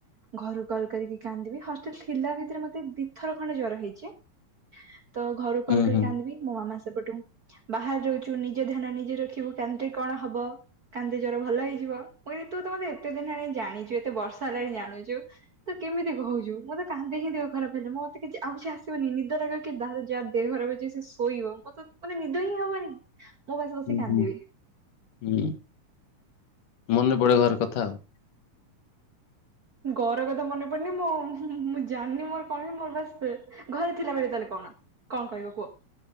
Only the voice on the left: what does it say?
ହୁଁ
ହୁଁ
ଉଁ
ହୁଁ ହୁଁ ମନେ ପଡେ ଘର କଥା ଆଉ।